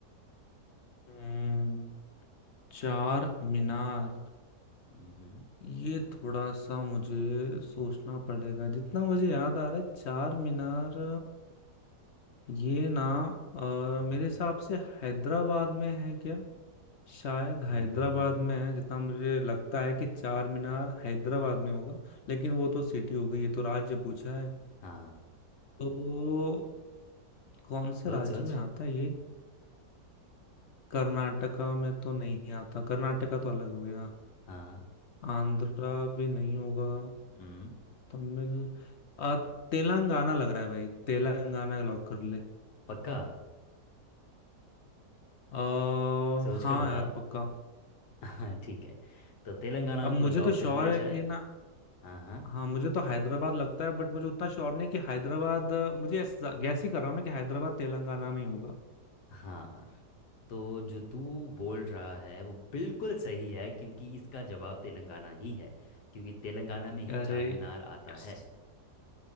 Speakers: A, on the left; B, on the left.
A: हम्म चार मीनार
B: हम्म, हम्म।
A: ये थोड़ा सा मुझे सोचना पड़ेगा जितना मुझे याद आ रहा है चार मीनार ये ना अ,
B: हम्म,
A: मेरे हिसाब से हैदराबाद में है क्या शायद
B: हम्म,
A: हैदराबाद
B: हम्म, हम्म, हम्म।
A: में है जितना मुझे लगता है कि चार मीनार हैदराबाद में होगा लेकिन वो तो सिटी हो गई ये तो राज्य पूछा है
B: हाँ
A: तो कौन से
B: सोच
A: राज्य
B: सोच
A: में आता है ये कर्नाटका में तो नहीं आता कर्नाटका तो अलग हो गया
B: हाँ
A: आंध्रा भी नहीं होगा
B: हम्म
A: तमिल अ, तेलंगाना लग रहा है भाई तेलंगाना लॉक कर ले
B: पक्का
A: आ,
B: सोच
A: हाँ
B: कर बता
A: यार पक्का
B: हाँ ठीक है तो तेलंगाना
A: अब मुझे
B: को लॉक
A: तो श्योर
B: कर दिया
A: है
B: जाए
A: कि ना
B: हाँ हाँ
A: हाँ मुझे तो हैदराबाद लगता है बट मुझे उतना श्योर नहीं कि हैदराबाद अ, मुझे ऐसा- गैस ही कर रहा हूँ मैं कि हैदराबाद तेलंगाना में ही होगा
B: हाँ तो जो तू बोल रहा है वो बिल्कुल सही है क्योंकि इसका जवाब तेलंगाना ही है क्योंकि तेलंगाना में ही
A: अरे
B: चार मीनार आता
A: यस
B: है